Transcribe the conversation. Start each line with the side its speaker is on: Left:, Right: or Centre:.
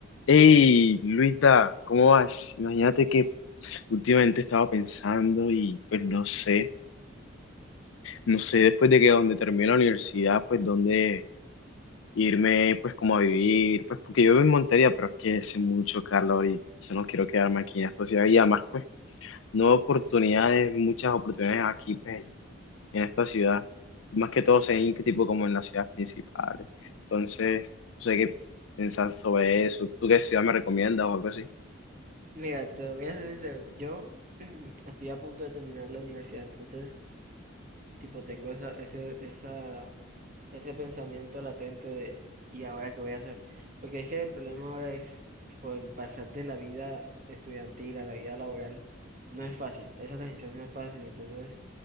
Left: Hey, Luisa, ¿cómo vas? Imagínate que últimamente estaba pensando y pues no sé, no sé después de que donde termine la universidad, pues dónde irme, pues como a vivir, pues porque yo vivo en Montería, pero es que hace mucho calor y yo no quiero quedarme aquí en esta ciudad y además pues no hay oportunidades, muchas oportunidades aquí pues en, en esta ciudad, más que todo en que tipo como en las ciudades principales. Entonces, no sé qué pensar sobre eso. ¿Tú qué ciudad me recomiendas o algo así?
Right: Mira, te voy a ser sincero, yo <clears throat> estoy a punto de terminar la universidad, entonces, tipo, tengo esa, ese, esa, ese pensamiento latente de, ¿y ahora qué voy a hacer? Porque es que el problema ahora es, tipo, el pasar de la vida estudiantil a la vida laboral no es fácil, esa transición no es fácil, entonces